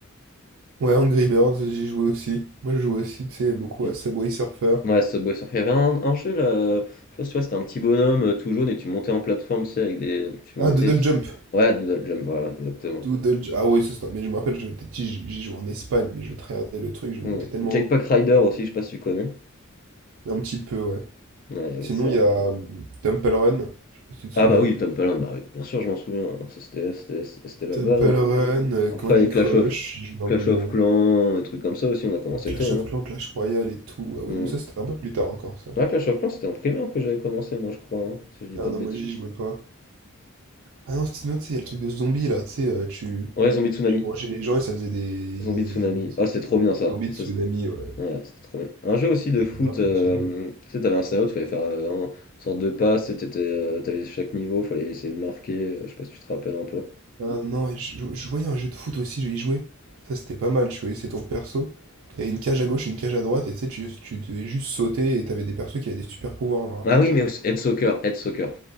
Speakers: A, on the right; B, on the left.
A: Ouais, Angry Birds, j'y jouais aussi. Moi, je jouais aussi, tu sais, beaucoup
B: Bien.
A: à Subway Surfer.
B: Ouais, Subway Surfer. Il y avait un, un jeu là, euh, je sais pas si tu vois, c'était un petit bonhomme euh, tout jaune et tu montais en plateforme, tu sais, avec des. Tu
A: Ah,
B: montais.
A: Doodle Jump.
B: Ouais, Doodle Jump, voilà, exactement.
A: Doodle Ju- Ah ouais, ça c'est un- Mais je me rappelle, j'étais petit, j'y j'y jouais en Espagne, mais je tryhardais le truc, je montais
B: Hmm.
A: tellement
B: Jetpack
A: haut.
B: Rider aussi, je sais pas si tu connais.
A: Un petit peu, ouais.
B: Ouais, il y avait
A: Sinon,
B: ça.
A: il y a hum, Temple Run. Je sais pas si tu te souviens.
B: Ah bah oui, Tom Palin, bah oui, bien sûr, je m'en souviens. Ça, C'était c'était- c'était la
A: Temple
B: base. hein.
A: Run, euh,
B: Après,
A: Candy
B: les
A: Crush,
B: Clash of,
A: j'y jouais un
B: Clash
A: peu moins.
B: of Clans, et trucs comme ça aussi, on a commencé
A: Clash
B: tôt.
A: of
B: hein.
A: Clans, Clash Royale et tout. Ah oui,
B: Hmm.
A: non, mais ça, c'était un peu plus tard encore, ça.
B: Ah, Clash of Clans, c'était en primaire que j'avais commencé, moi, je crois, hein, si je dis
A: Ah
B: pas
A: non,
B: de bêtises.
A: moi, j'y jouais pas. Ah non, sinon, tu sais, il y a le truc de zombie, là, tu sais, euh, tu...
B: Ouais, Zombie Tsunami.
A: tu mangeais les gens et ça faisait des...
B: Zombie
A: des
B: Tsunami. Ah, c'était trop bien ça.
A: zombies
B: Ça,
A: de tsunami,
B: c'est-
A: ouais.
B: ouais, c'était trop bien. Un jeu aussi de
A: C'était
B: foot,
A: grave
B: euh,
A: bien ce jeu.
B: tu sais, t'avais un scout, fallait faire euh, un- une sorte de passe, et t'étais, euh, t'avais chaque niveau, fallait essayer de marquer, euh, je sais pas si tu te rappelles un peu.
A: Ah non, et je, je- je voyais un jeu de foot aussi, je y jouais. Ça c'était pas mal, tu voyais, c'est ton perso. T'avais une cage à gauche, une cage à droite, et tu sais, tu, tu devais juste sauter, et t'avais des persos qui avaient des super pouvoirs, genre un
B: Ah
A: peu.
B: oui, mais aussi Head Soccer, Head Soccer.